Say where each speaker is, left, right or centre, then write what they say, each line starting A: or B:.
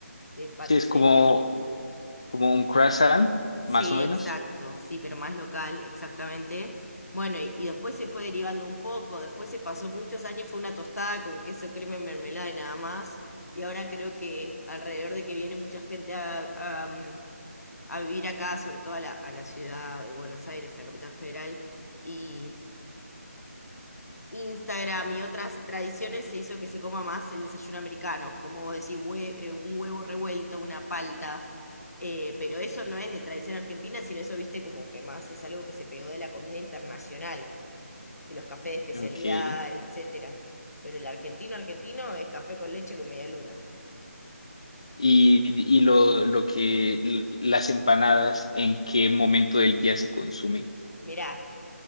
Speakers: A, on the left; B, on the left.
A: de paticería.
B: Sí, es como, como un croissant,
A: Sí,
B: más o
A: exacto,
B: menos.
A: sí, pero más local, exactamente. Bueno, y, y después se fue derivando un poco, después se pasó muchos años, fue una tostada con queso, crema y mermelada y nada más. Y ahora creo que alrededor de que viene mucha gente a, a, mm, a vivir acá, sobre todo a la, a la ciudad de Buenos Aires, a la capital federal, y Instagram y otras tradiciones se hizo que se coma más el desayuno americano, como vos decís, hue- eh, un huevo revuelto, una palta, eh, pero eso no es de tradición argentina, sino eso, viste, como que más es algo que se pegó de la comida internacional, de los cafés de especialidad,
B: Ok. Y,
A: etcétera. Pero el argentino argentino es café con leche con media luna.
B: y lo, lo que las empanadas, ¿en qué momento del día se consumen?
A: Mirá.